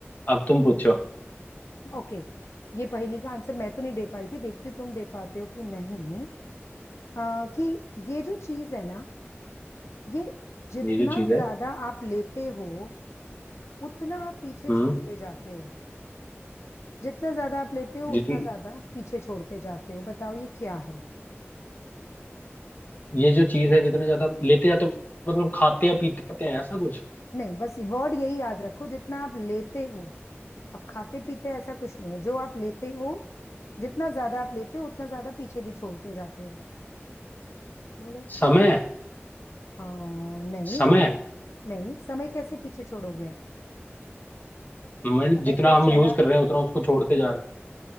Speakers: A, on the left; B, on the left.
A: अब तुम पूछो
B: ओके ये पहेली का आंसर मैं तो नहीं दे पाई थी देखती हूँ तुम दे पाते हो कि नहीं आ, कि ये जो चीज है ना ये जितना
A: ये जो चीज है
B: ज्यादा आप लेते हो उतना आप पीछे
A: हम्म
B: छोड़ते जाते हो जितना ज्यादा आप लेते हो
A: जितनी
B: उतना ज्यादा पीछे छोड़ते जाते हो बताओ ये क्या है
A: ये जो चीज है जितना ज्यादा लेते जाते हो, मतलब खाते या पीते रहते हैं ऐसा कुछ
B: नहीं बस वर्ड यही याद रखो जितना आप लेते हो अब खाते पीते ऐसा कुछ नहीं है जो आप लेते हो जितना ज्यादा आप लेते हो उतना ज्यादा पीछे भी छोड़ते जाते हो बोलो
A: समय
B: आ, नहीं
A: समय
B: समय नहीं समय कैसे पीछे छोड़ोगे आप
A: मतलब
B: समय
A: जितना
B: तो
A: हम
B: चला
A: यूज कर रहे हैं उतना उसको छोड़ते जा रहे